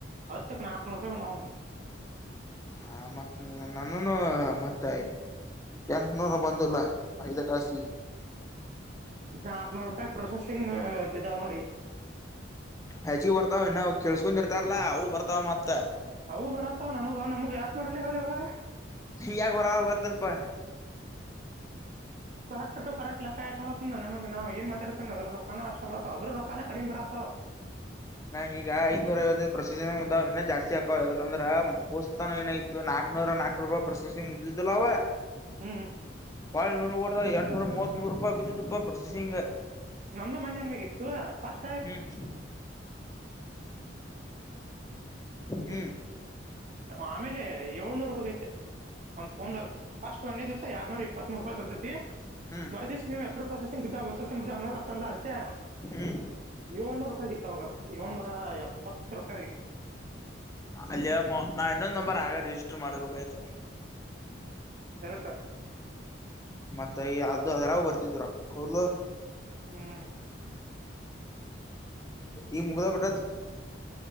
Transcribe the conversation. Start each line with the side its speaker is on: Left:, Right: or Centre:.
Right: ಹತ್ತಕ್ ನಾಕ್ ನೂರ್ ರೂಪಾಯಿ ಬಂದವ್. <unintelligible>
Left: ಹಾ ಮತ್ ನನನೂ ಮತ್ತ ಎಂಟ ನೂರು ಬಂದಿಲ್ಲ. ಐದ ಟಾಸ್ಕಿಗೆ.
Right: ನಾಕ್ನೂರು ರೂಪಾಯಿ ಪ್ರೊಸೆಸಿಂಗ್ ಬಿದ್ದಾವ ನೋಡಿ.
Left: ಹೆಚಗಿ ಬರ್ತಾವ ಇನ್ನು ಕೇಸ್ಕೊಂಡ್ ಇರ್ತಾರಲ್ಲಾ ಅವು ಬರ್ತಾವ್ ಮತ್ತ.
Right: ಅವು ಬರತ್ತವ ನನಗ ಅವ ನಮ್ಗ ಯಾಕ್ <unintelligible>
Left: ಈ ಯಾಗ್. <unintelligible>
Right: ಕರೆಕ್ಟ್ ಕರೆಕ್ಟ್ ಕ್ ಇಕೋ ನನ ನಾವ ಏನ್ ಮಾತಾಡ್ತ ಅದ್ರ ರೊಕ್ಕ್ ಅಷ್ಟ ಬರತ್ತ ಅದ್ರ ರೊಕ್ಕಾನೆ ಕಡಿಮೆ ಬರತ್ತಾವ್.
Left: ನಂಗ ಈಗ ಐದ್ನೂರ್ ಅರವತ್ತೈದು ಪ್ರೋಸೆಸ್ಸಿಂಗ್ <unintelligible> ಇನ್ನ ಜಾಸ್ತಿ ಹಕೋ ಯಾಕಂದ್ರೆ ಹೊಸತಾನ ಏನೋ ಇತ್ತು ನಾಕ್ ನೂರ ನಾಕ್ ರುಪಾಯ್ ಪ್ರೋಸೆಸ್ಸಿಂಗ್ <unintelligible> ಬಿದ್ದಿದ್ದಿಲ್ಲವ್ವ.
Right: ಹ್ಮ್
Left: <unintelligible> ಎಂಟ್ನೂರ ಮೂವತ್ತೂಮೂರ್ ರೂಪಾಯಿ ಬಿದಿದ್ದು ಪ್ರೊಸೆಸಿಂಗ್.
Right: ನಮ್ದು ಮೊನ್ನೇ ಹಂಗಾಗಿತ್ತು ಪಸ್ಟ್
Left: ಹ್ಮ್ ಹ್ಮ್
Right: ಆಮೇಲೆ ಏಳ್ನೂರ್ಗೆ ಹೋಗೈತೆ. ಅದ್ಕೊಂದು ಫಸ್ಟ್ ಒನ್ನೇ ದಿಸಾ ಎಡ್ನೂರ ಇಪ್ಪತ್ಮೂರ್ ರೂಪಾಯ ಕಟ್
Left: ಹ್ಮ್
Right: ಮರದೀಸ ನೀವು ಎರು ಪ್ರೊಸೆಸಿಂಗ್ ಬ್ ಪ್ರೊಸೆಸಿಂಗ್ ಇದ <unintelligible>
Left: ಹ್ಮ್
Right: ಯೋಲ್ನೂರ್ ರೂಪಾಯ್ ಆಗಿತ್ತ್ ಅವಾಗ ಏಳ್ನೂರ ಎಪ್ಪತ್ತ ರೂಪಾಯ್ ಆಗಿತ್ತು.
Left: ಅಲ್ಲಿಯ ನಾ ಇನ್ನೊಂದ್ ನಂಬರ್ ಆಗ ರಿಜಿಸ್ಟರ್ ಮಾಡ್ಬೇಕಾಯ್ತು.
Right: <unintelligible>
Left: ಮತ್ತ ಅದು ಅದರ ಬರ್ತಿದ್ರಕ ಹೌದ್ಲಾ
Right: ಹ್ಮ್
Left: ಈ ಮುಗ್ದ ಬೆ